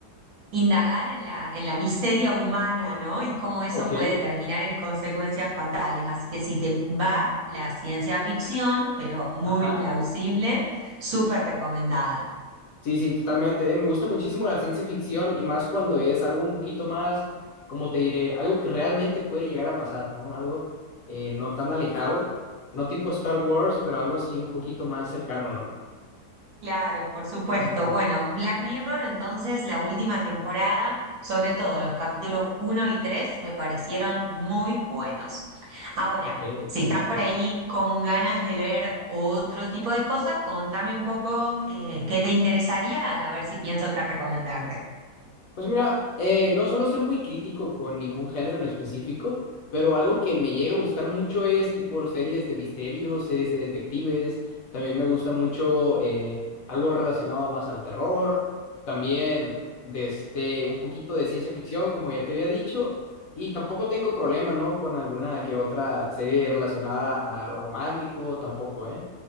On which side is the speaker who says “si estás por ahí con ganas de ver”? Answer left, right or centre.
Right